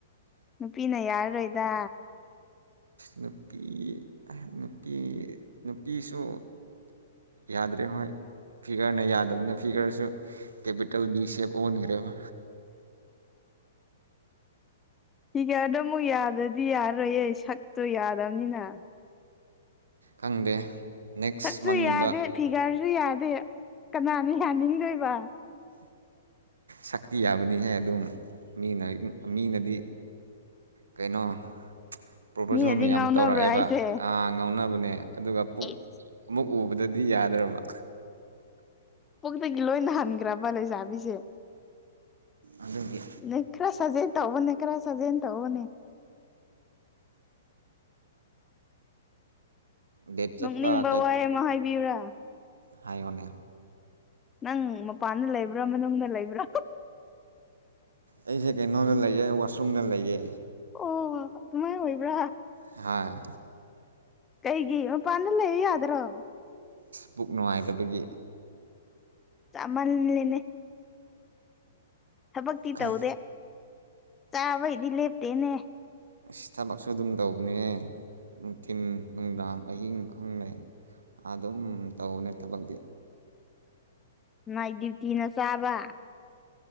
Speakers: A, on the left (about 20°); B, on the right (about 75°).
A: ꯅꯨꯄꯤꯅ ꯌꯥꯔꯔꯣꯏꯗ
B: ꯅꯨꯄꯤ ꯅꯨꯄꯤ ꯅꯨꯄꯤꯁꯨ ꯌꯥꯗ꯭ꯔꯦꯍꯣꯏ ꯐꯤꯒꯔꯅ ꯌꯥꯗꯕꯅ ꯐꯤꯒꯔꯁꯨ ꯀꯦꯄꯤꯇꯦꯜ ꯕꯤꯁꯦꯞ ꯑꯣꯟꯈ꯭ꯔꯦꯕ
A: ꯁꯤꯤꯒꯦꯗ ꯑꯃꯨꯛ ꯌꯥꯗ꯭ꯔꯗꯤ ꯌꯥꯔꯔꯣꯏꯌꯦ ꯁꯛꯇꯣ ꯌꯥꯗꯕꯅꯤꯅ
B: ꯈꯪꯗꯦ ꯅꯦꯛꯁ
A: ꯆꯠꯁꯨ
B: ꯃꯟꯒꯨꯝꯕ
A: ꯌꯥꯗꯦ ꯐꯤꯒꯥꯔꯁꯨ ꯌꯥꯗꯦ ꯀꯅꯥꯅ ꯌꯥꯅꯤꯡꯗꯣꯏꯕ
B: ꯁꯛꯇꯤ ꯌꯥꯕꯅꯤꯍꯦ ꯑꯗꯨꯝ ꯃꯤꯅ ꯃꯤꯅꯗꯤ ꯀꯩꯅꯣ ꯄ꯭ꯔꯣꯄꯣꯖꯦꯜ
A: ꯃꯤꯅꯗꯤ
B: ꯃꯌꯥꯝ
A: ꯉꯥꯎꯅꯕ꯭ꯔꯣ
B: ꯇꯧꯔꯛꯑꯦꯕ
A: ꯍꯥꯏꯁꯦ
B: ꯑ ꯉꯥꯎꯅꯕꯅꯦ ꯑꯗꯨꯒ ꯄꯨꯛ
A: ꯑꯩꯁ
B: ꯑꯃꯨ ꯎꯕꯗꯗꯤ ꯌꯥꯗ꯭ꯔꯕ
A: ꯀꯣꯛꯛꯇꯒꯤ ꯂꯣꯏꯅ ꯍꯟꯈ꯭ꯔꯕ ꯂꯩꯖꯥꯕꯤꯁꯦ
B: ꯑꯗꯨꯗꯒꯤ
A: ꯅ ꯈꯔ ꯁꯖꯩꯅ ꯇꯧꯕꯅꯦ ꯈꯔ ꯁꯖꯩꯅ ꯇꯧꯕꯅꯦ
B: ꯗꯦꯠ ꯆꯠꯄ
A: ꯅꯣꯛꯅꯤꯡꯕ
B: ꯀꯩ
A: ꯋꯥꯍꯩ ꯑꯃ ꯍꯥꯏꯕꯤꯌꯨꯔꯥ
B: ꯍꯥꯏꯌꯣꯅꯦ
A: ꯅꯪ ꯃꯄꯥꯟꯗ ꯂꯩꯕ꯭ꯔꯥ ꯃꯅꯨꯡꯗ ꯂꯩꯕ꯭ꯔꯥ
B: ꯑꯩꯁꯦ ꯀꯩꯅꯣꯗ ꯂꯩꯌꯦꯦ ꯋꯥꯁꯔꯨꯝꯗ ꯂꯩꯌꯦ
A: ꯑꯣ ꯑꯗꯨꯃꯥꯏꯅ ꯑꯣꯏꯕ꯭ꯔꯥ
B: ꯍꯥꯏ
A: ꯀꯩꯒꯤ ꯄꯥꯟ ꯂꯩ ꯌꯥꯗ꯭ꯔꯣ
B: ꯄꯨꯛ ꯅꯨꯡꯉꯥꯏꯇꯕꯒꯤ
A: ꯆꯃꯜ ꯂꯩꯅꯦ ꯊꯕꯛꯇꯤ
B: ꯈꯪ
A: ꯇꯧꯗꯦ ꯆꯥꯕꯩꯗꯤ ꯂꯦꯞꯇꯦꯅꯦ
B: ꯁꯤ ꯊꯕꯛꯁꯨ ꯑꯗꯨꯝ ꯇꯧꯕꯅꯦ ꯅꯨꯡꯊꯤꯟ ꯅꯨꯡꯗꯥꯡ ꯑꯍꯤꯡ ꯈꯪꯦ ꯑꯗꯨꯝ ꯇꯧꯅꯦ ꯊꯕꯛꯇꯤ
A: ꯅꯣꯏ ꯗ꯭ꯌꯨꯇꯤꯅ ꯆꯥꯕ